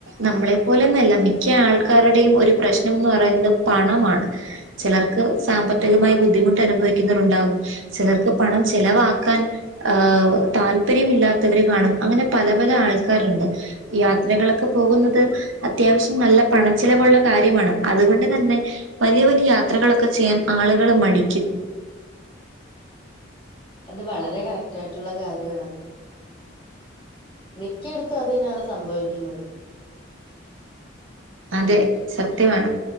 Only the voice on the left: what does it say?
അത് വളരെ കറക്ട്ടാറ്റായിട്ടുള്ള കാര്യാണത്. മിക്കയിടുത്തും അതുതന്നെയാണ് സംഭവിക്കുന്നത്.